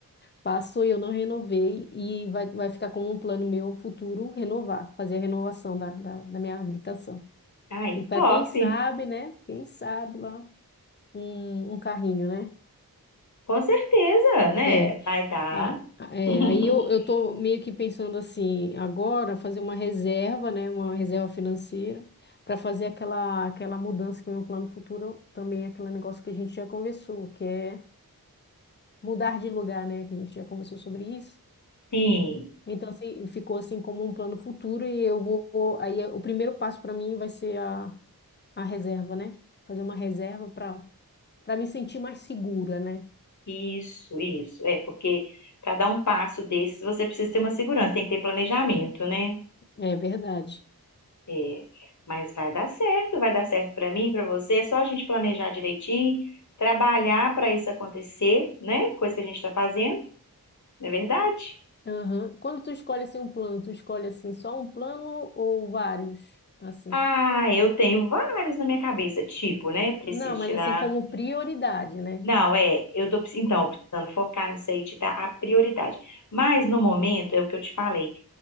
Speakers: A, on the left; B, on the left.
A: passou e eu não renovei e vai, vai ficar como um plano meu futuro renovar, fazer a renovação da, da, da minha habilitação.
B: Aí,
A: E para
B: top!
A: quem sabe, né, quem sabe lá um, um carrinho, né?
B: Com certeza, né?
A: É,
B: Vai dar.
A: a- a- é,
B: <laughs>
A: aí eu, eu tô meio que pensando assim, agora fazer uma reserva, né, uma reserva financeira, para fazer aquela, aquela mudança que é o meu plano futuro também é aquele negócio que a gente já conversou, que é mudar de lugar, né, que a gente já conversou sobre isso.
B: Sim.
A: Então, assim, ficou assim como um plano futuro e eu vou, vou- aí o primeiro passo para mim vai ser a, a reserva, né? Fazer uma reserva para para me sentir mais segura, né?
B: Isso, isso. É, porque para dar um passo desses, você precisa ter uma segurança, tem que ter planejamento, né?
A: É verdade.
B: É, mas vai dar certo, vai dar certo para mim, para você. É só a gente planejar direitinho, trabalhar para isso acontecer, né? Coisa que a gente está fazendo, não é verdade?
A: Aham. Quando tu escolhe assim um plano, tu escolhe assim só um plano ou vários? Assim.
B: Ah, eu tenho vários na minha cabeça, tipo, né? Preciso
A: Não, mas
B: tirar.
A: assim como prioridade, né?
B: Não, é, eu tô, precis- então, precisando focar nisso aí, te dar a prioridade. Mas no momento, é o que eu te falei.